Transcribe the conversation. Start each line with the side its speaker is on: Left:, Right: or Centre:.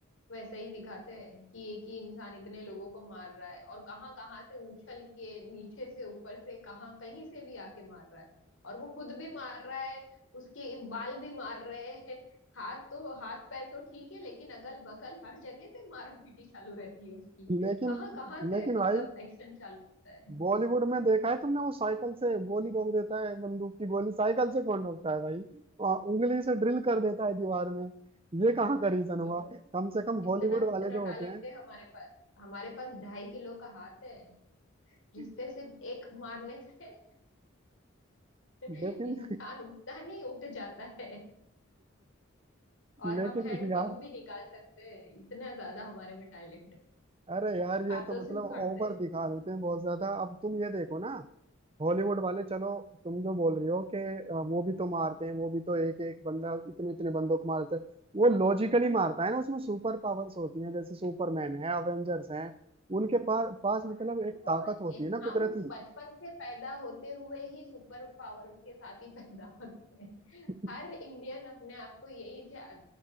Left: वैसा ही दिखाते हैं कि एक ही इंसान इतने लोगों को मार रहा है और कहाँ कहाँ से उछल के नीचे से ऊपर से कहाँ कहीं से भी आके मार रहा है और वो खुद भी मार रहा है उसके बाल भी मार रहे हैं हाथ तो हाथ पैर तो ठीक है लेकिन अगल बगल हर जगह से मार पीटी चालू रहती है उसकी
Right: लेकिन
Left: कहाँ कहाँ से
Right: लेकिन
Left: मतलब
Right: भाई
Left: एक्शन चालू होता है
Right: बॉलीवुड में देखा है तुमने वो साइकिल से गोली रोक देता है बंदूक की गोली साइकिल से कौन रोकता है भाई वहाँ उंगली से ड्रिल कर देता है दीवार में ये कहाँ का रीजन
Left: सोचो
Right: हुआ कम से कम
Left: कितना
Right: हॉलीवुड
Left: कितना
Right: वाले जो होते
Left: टैलेंट
Right: हैं
Left: है हमारे पास हमारे पास ढाई किलो का हाथ है जिससे
Right: <laughs>
Left: सिर्फ एक मारने से <laughs>
Right: लेकिन
Left: इंसान उठता नहीं उठ जाता है और
Right: लेकिन
Left: हम हैंड
Right: यार
Left: पंप भी निकाल सकते हैं इतना ज्यादा हमारे में टैलेंट है।
Right: अरे यार ये
Left: हाथों
Right: तो
Left: से
Right: मतलब
Left: उखाड़ते
Right: ओवर
Left: हैं
Right: दिखा देते हैं बहुत ज्यादा अब तुम ये देखो ना हॉलीवुड वाले चलो तुम जो बोल रही हो कि अ, वो भी तो मारते हैं वो भी तो एक एक बंदा इतने इतने बंदों को मारते हैं वो लॉजिकली मारता है ना उसमें सुपर पावर्स होती हैं जैसे सुपरमैन है अवेंजर्स हैं उनके पास पास
Left: हाँ
Right: मतलब
Left: तो
Right: एक ताकत होती
Left: ए-
Right: है ना
Left: हम
Right: कुदरती
Left: बचपन से पैदा होते हुए ही सुपर पावर के साथ ही पैदा होते हैं
Right: <laughs>
Left: हर इंडियन अपने आप को यही चा-